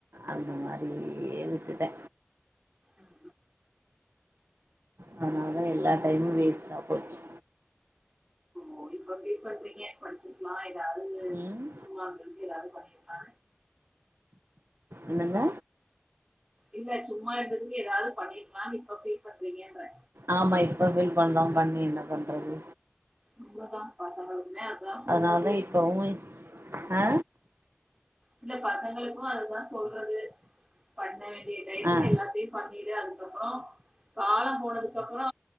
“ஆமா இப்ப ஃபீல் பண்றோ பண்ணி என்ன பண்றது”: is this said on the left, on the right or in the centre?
Right